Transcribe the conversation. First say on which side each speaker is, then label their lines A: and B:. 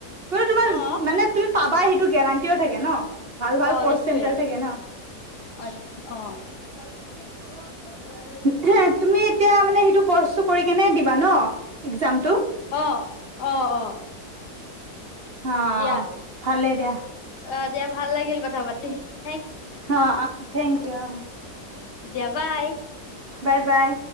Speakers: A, on the right; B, on the left.
A: কোনো তোমাৰ
B: অ
A: মানে তুমি। পাবা সেইটো গেৰাণ্টিও থাকে ন ভাল ভাল
B: আহ
A: কৰ্চ
B: এইটোয়ে
A: চেণ্টাৰ থাকে ন
B: অ অ
A: সাত। তুমি এতিয়া মানে সেইটো কৰছটো কৰি কেনে দিবা ন একজাম টো
B: আহ আহ আহ
A: অ
B: দিয়া
A: ভালে দিয়া
B: অ দিয়া ভাল লাগিল কথা পাতি তি
A: হ অ থেংক ই দিয়া।
B: দেবাই।
A: Bye bye